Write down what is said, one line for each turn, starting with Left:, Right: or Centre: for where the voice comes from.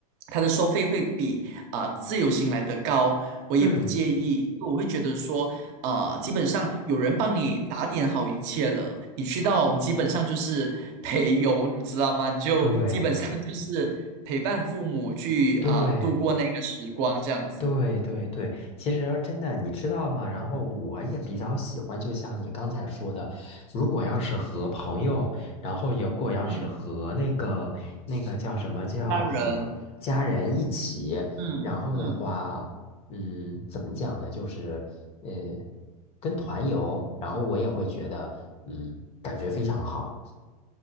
Right: 它的收费会比啊、呃自由行来得高，我也不介意，
Left: 嗯，
Right: 因为我会觉得说，啊，基本上有人帮你打点好一切了，你去到你基本上就是陪游，你知道吗？你就基本上就是陪伴父母去啊、
Left: 对对。
Right: 呃度过那个时光这样子，
Left: 对对对，其实真的，你知道吗？然后我也比较喜欢，就像你刚才说的，如果要是和朋友，然后如果要是和那个那个叫什么叫和家人一起，
Right: 嗯，家人，嗯嗯。
Left: 然后的话，嗯，怎么讲呢？就是呃，跟团游，然后我也会觉得，嗯，感觉非常好。